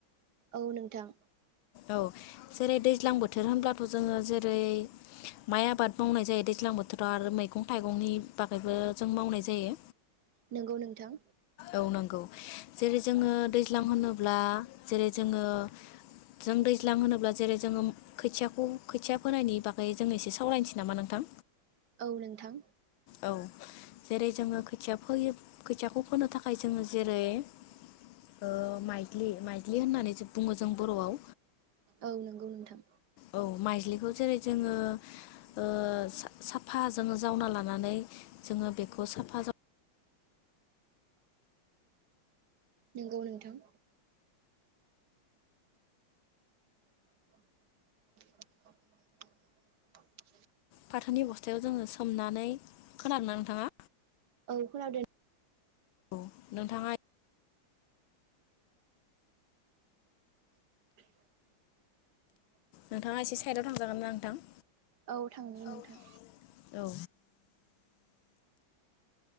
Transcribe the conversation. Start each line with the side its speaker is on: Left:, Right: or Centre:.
Right: औ नोंथां
Left: औ जेरै दैज्लां बोथोर होनब्लाथ' जोङो जेरै माइ आबाद मावनाय जायो दैज्लां बोथोराव आरो मै गं थाइगंनि बागैबो जों मावनाय जायो
Right: नंगौ नोंथां
Left: औ नोंगौ जेरै जोङो दैज्लां होनो ब्ला जेरै जोङो जों दैज्लां होनोब्ला जेरै जोङो खोथियाखौ खोथिया फोनायनि बागै जों एसे सावरायनोसै नामा नोंथां?
Right: औ नोंथां
Left: औ जेरै जोङो खोथिया फोयो खोथियाखौ फोनो थाखाय जोङो जेरै ओ माइज्लि माइज्लि होननानै बुङो जों बर'आव
Right: औ नंगौ नोंथां
Left: औ माइज्लिखौ जेरै जोङो ओ साफा जोङो जावना लानानै जोङो बेखौ साफा जाव
Right: नंगौ नोंथां <inaudible>
Left: फाथोनि बस्थायाव जोङो सो सोमनानै खोनादोंना नोंथाङा
Right: औ खोनादों
Left: औ नोंथाङा
Right: <inaudible>
Left: नोंथाङा एसे साइदआव थांजागोन ना नोंथां
Right: औ थांनि नोंथां
Left: औ थांनि औ